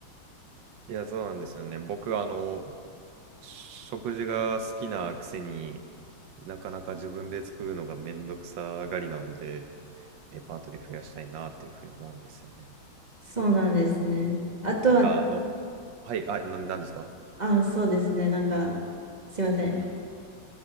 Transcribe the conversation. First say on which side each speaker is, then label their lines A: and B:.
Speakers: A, on the right (about 70°); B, on the right (about 20°).
A: いや、そうなんですよね。僕、あの、食事が好きなくせになかなか自分で作るのがめんどくさがりなんで、レパートリー増やしたいなっていうふうに思うんですよね。
B: そうなんですね。あとはな
A: なんか、あの、はい、あ、な、なんですか
B: あ、そうですね。なんか、すいません。